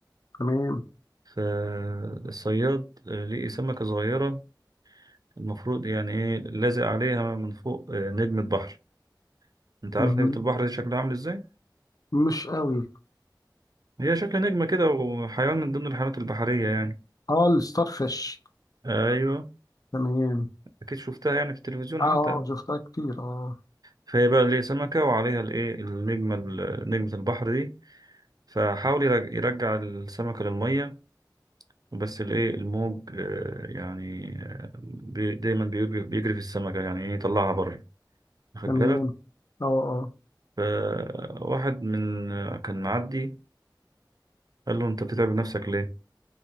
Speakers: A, on the left; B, on the right.
A: تمام
B: فالصياد آه، لقي سمكة صغيرة المفروض يعني ايه لازق عليها من فوق آه، نجمة بحر انت عارف
A: مهم.
B: نجمة البحر دي شكلها عامل ازاي؟
A: مش قوي
B: هي شكل نجمة كده وحيوان من ضمن الحيوانات البحرية يعني
A: اه الستار فيش
B: أيوه
A: تمام
B: أكيد شفتها يعني في التلفزيون
A: اه
B: حتى
A: آه، شفتها كتير اه
B: فهي بقى اللي سمكة وعليها الإيه النجمة ال- نجمة البحر دي فحاول يرج- يرجع السمكة للمية بس الإيه الموج آه، يعني آه، بي دايما بيجري بيجري في السمكة يعني إيه يطلعها بره واخد
A: تمام
B: بالك
A: اه اه
B: فواحد من آه، كان معدي قال له أنت بتتعب نفسك ليه؟